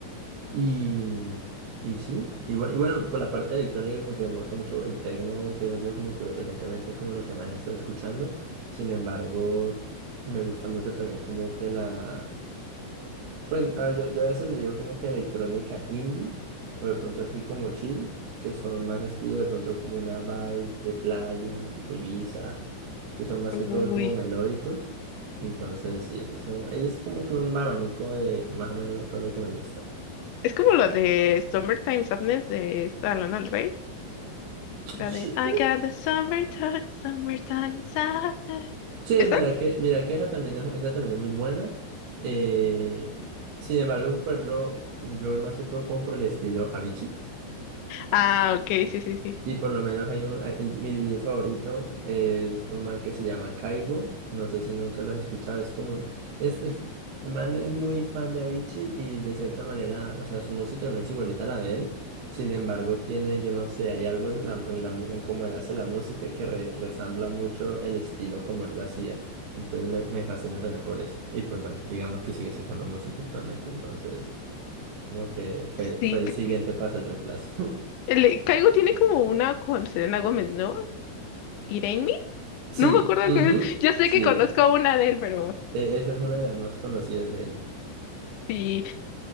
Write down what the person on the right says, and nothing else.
Y, y sí, y, bu- y bueno, por la parte electrónica, como te digo, me gusta mucho el techno, que ha sido como que recientemente como lo que más he estado escuchando. Sin embargo, me gusta mucho también como que la... Pues no, yo, yo a veces le digo como que electrónica indie o de pronto así como chill, que son más estilo de pronto como una vibe de playa, tipo Ibiza, que son más
que todo como melódicos. Entonces, sí, eso son, ahí es como que un abanico de más o menos todo lo que me gusta.
Sí,
Che,
mira que, mira que esa también es, esa también es muy buena. Eh, sin embargo, por ejemplo, yo voy más que todo como por el estilo Avicii.
Y por lo menos hay un, hay- el- mi DJ favorito es un man que se llama Caigo. No sé si nunca lo has escuchado. Es como un, es, es- el man es muy fan de Avicii y de cierta manera, o sea, su música no es igualita a la de él. Sin embargo, tiene, yo no sé, hay algo en la, en la, mu- en cómo él hace la música que re- resambla mucho el estilo como él lo hacía. Entonces me, me fascina también por eso. Y pues bueno, digamos que sigue sacando música actualmente. Entonces, como que fue,
fue el
siguiente paso, el reemplazo. <laughs>
Sí,
ujú,
sí.
E- esa es una de las más conocidas de él.